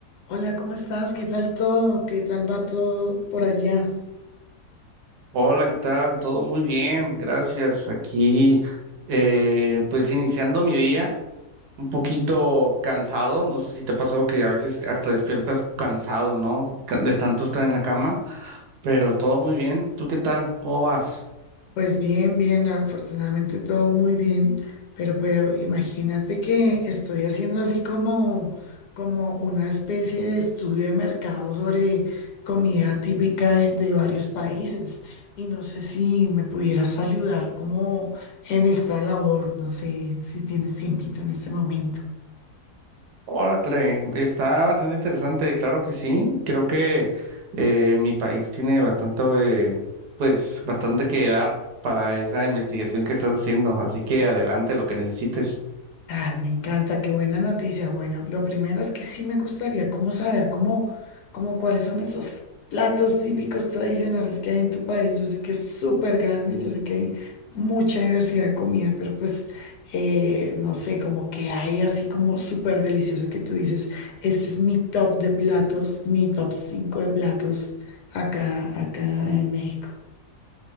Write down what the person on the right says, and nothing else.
Hola, ¿qué tal? Todo muy bien, gracias. Aquí, eh, pues iniciando mi día, un poquito cansado. No sé si te ha pasado que a veces hasta despiertas cansado, ¿no? Ca- De tanto estar en la cama, pero todo muy bien. ¿Tú qué tal? ¿Cómo vas?
Órale, está bastante interesante, claro que sí. Creo que eh, mi país tiene bastante, eh, pues, bastante que dar para esa investigación que estás haciendo. Así que adelante, lo que necesites.